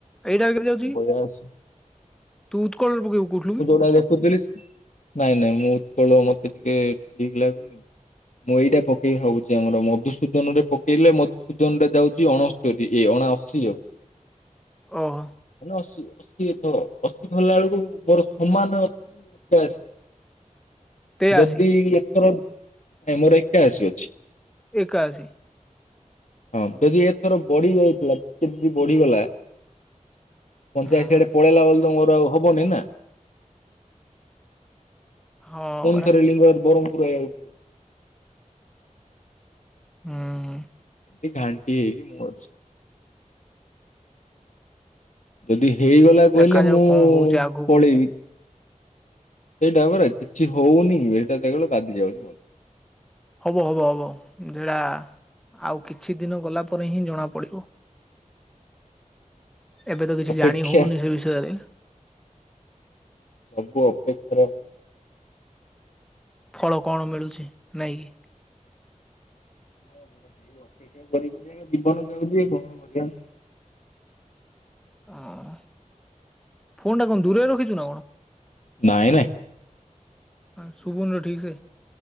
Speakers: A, in the centre; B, on the left (about 65°).
A: ଏଇଟା କେମିତି ଯାଉଛି
B: ବୟାଅଶୀ
A: ତୁ ଉତ୍କଳରେ ପକେଇବୁ କହୁଥିଲୁ
B: ମୁଁ
A: କି
B: ଯୋଉଟା ଦେଖୁଥିଲି ସ ନାଇଁ ନାଇଁ ମୁଁ ଉତ୍କଳ ମତେ ଟିକେ ଠିକ ଲାଗୁନି। ମୁଁ ଏଇଟା ପକେଇବି ଭାବୁଛି ଆମର ମଧୁସୂଦନ ରେ ପକେଇଲେ ମଧୁସୂଦନ ରେ ଯାଉଛି ଅଣସ୍ତରୀ ଇଏ ଅ ଅଣାଅଶୀ ଆଉ।
A: <inaudible> ଓହୋ
B: ଅଣାଅଶୀ ଅଶୀ ଅ ଅଶୀ ଧରିଲା ବେଳକୁ। ମୋର ସମାନ ଅଛି ଏକାଅଶୀ।
A: ତେୟାଅଶୀ
B: ଯଦି ଏଥର ନାଇ ମୋର ଏକାଅଶୀ ଅଛି।
A: ଏକାଅଶୀ।
B: ହଁ ଯଦି ଏଥର ବଢି ଯାଇଥିଲା ଯଦି ବଢିଗଲା। ପଞ୍ଚାଅଶୀ
A: ଓହୋ
B: ଆଡ଼େ ପଳେଇଲା ବେଲେ ତ ମୋର ଆଉ ହବନି ନା।
A: ହଁ।
B: ପୁଣି
A: ପରା
B: ଥରେ ଲିଙ୍ଗରାଜ ବ୍ର୍ମପୁର ଆଉ
A: ହୁଁ।
B: ଏ ଘାଣ୍ଟି ହେଇ ମ ଯଦି ହେଇଗଲା କହିଲେ
A: ଦେଖାଯାଉ
B: ମୁଁ
A: କଣ ହଉଛି ଆଗକୁ
B: ପଳେଇବି ସେଇଟା ପରା କିଛି ହଉନି ଏଇଟା କେବଳ ବାଧି ଯାଉଛି ମ
A: ହବ ହବ ହବ ଯା ଆଉ କିଛି ଦିନ ଗଲା ପରେ ହିଁ ଜଣା ପଡିବ। ଏବେ ତ କିଛି
B: ଅପେକ୍ଷା
A: ଜାଣି ହଉନି ସେ ବିଷୟରେ
B: ସବୁ ଅପେକ୍ଷା ର
A: ଫଳ କଣ ମିଳୁଛି ନାଇଁ କିି
B: ହଁ ଗୋଟ ହେଇ ଅପେକ୍ଷା <inaudible> କରି ଜୀବନ ଯାଉଛି କଣ କରିବା
A: ଅଁ ଫୋନ୍ ଟା କଣ ଦୂରେରେ ରଖିଛୁ ନା କଣ?
B: ନାଇଁ ନାଇଁ
A: ହ ଶୁବୁନି ତ ଠିକ୍ ସେ